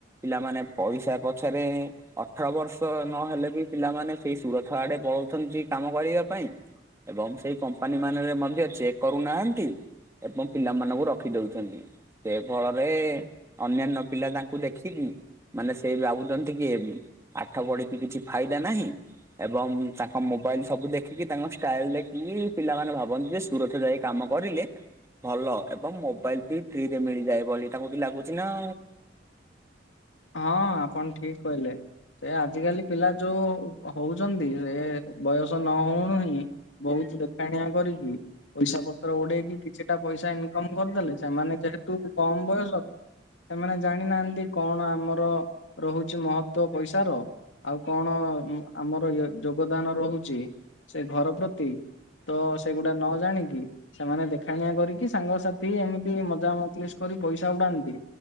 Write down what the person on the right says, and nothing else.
ପିଲାମାନେ ପଇସା ପଛରେ ଅଠର ବର୍ଷ ନହେଲେ ବି ପିଲାମାନେ ସେଇ ସୁରଥ ଆଡେ ପଳଉଛନ୍ତି କାମ କରିବା ପାଇଁ ଏବଂ ସେଇ କମ୍ପାନୀ ମାନରେ ମଧ୍ୟ ଚେକ୍ କରୁନାହାନ୍ତି। ଏବଂ ପିଲାମାନଙ୍କୁ ରଖିଦଉଛନ୍ତି। ସେ ଫଳରେ ଅନ୍ୟାନ୍ୟ ପିଲା ତାଙ୍କୁ ଦେଖିକି ମାନେ ସେ ଭାବୁଛନ୍ତି କି ପାଠ ପଢିକି କିଛି ଫାଇଦା ନାହିଁ ଏବଂ ତାଙ୍କ ମୋବାଇଲ ସବୁ ଦେଖିକି ତାଙ୍କ ଷ୍ଟାଇଲ ଦେଖିକି ପିଲାମାନେ ଭାବନ୍ତି ଯେ ସୁରଥ ଯାଇକି କାମ କରିଲେ ଭଲ ଏବଂ ମୋବାଇଲ ବି ଫ୍ରିରେ ମିଳିଯାଏ ବୋଲି ତାଙ୍କୁବି ଲାଗୁଛି ନା